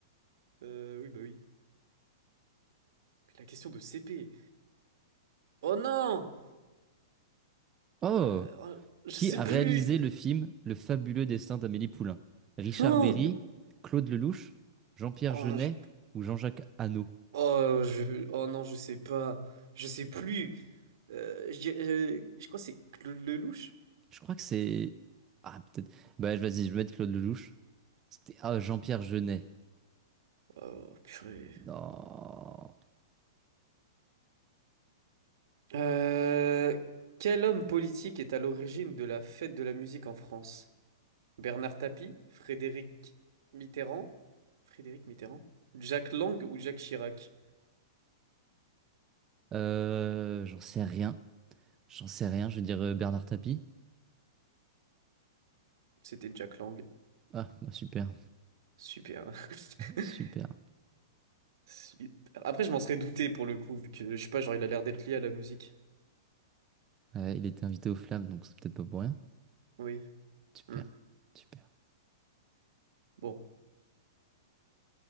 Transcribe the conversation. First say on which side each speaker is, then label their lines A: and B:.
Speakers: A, on the right; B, on the right.
A: Euh, oui, bah oui. Mais la question de CP. Oh non!
B: Oh!
A: Euh, oh, je
B: Qui
A: sais
B: a
A: plus.
B: réalisé le film Le fabuleux destin d'Amélie Poulain? Richard
A: <laughs> Oh,
B: Berry, Claude Lelouch, Jean-Pierre
A: Oh,
B: Jeunet
A: je...
B: ou Jean-Jacques Hano?
A: oh, je- oh non, je sais pas. Je sais plus. Euh, je, dirais- euh, je crois que c'est Claude Lelouch.
B: Je crois que c'est... Ah, peut-être... Bah, vas-y, je vais mettre Claude Lelouch. C'était... Ah, Jean-Pierre Jeunet.
A: Oh purée.
B: Non.
A: Euh, quel homme politique est à l'origine de la fête de la musique en France? Bernard Tapie, Frédéric Mitterrand, Frédéric Mitterrand, Jack Lang ou Jacques Chirac?
B: Euh, j'en sais rien. J'en sais rien, je vais dire euh, Bernard Tapie.
A: C'était Jack Lang.
B: Ah, bah super,
A: Super. <laughs>
B: super.
A: Super. Après, je m'en serais douté pour le coup, vu que je sais pas, genre il a l'air d'être lié à la musique.
B: Euh, il était invité aux Flammes, donc c'est peut-être pas pour rien.
A: Oui.
B: Super,
A: Hmm.
B: super.
A: Bon,